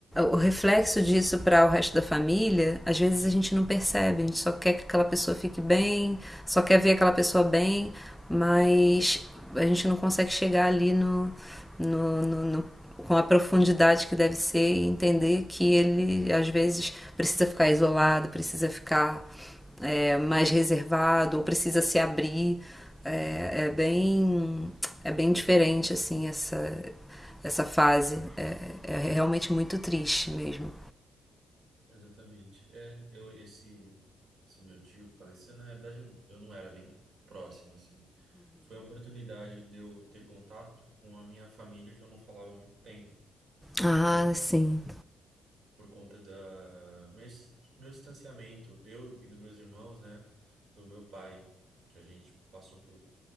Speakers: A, in the centre; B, on the right.
A: o reflexo disso para o resto da família, às vezes a gente não percebe, a gente só quer que aquela pessoa fique bem, só quer ver aquela pessoa bem, mas a gente não consegue chegar ali no, no, no, no com a profundidade que deve ser e entender que ele às vezes precisa ficar isolado, precisa ficar é, mais reservado ou precisa se abrir. É, é, bem é bem diferente
B: Sim,
A: assim essa essa fase é, é realmente
B: é.
A: muito triste mesmo.
B: Exatamente. É, eu, esse, esse meu tio que faleceu, na realidade, eu não era bem próximo, assim. Foi uma oportunidade de eu ter contato com a minha família que eu não falava há muito tempo, por
A: Ah,
B: conta,
A: sim,
B: por conta da meu, dis- meu distanciamento, eu e dos meus irmãos, né, do meu pai, que a gente passou por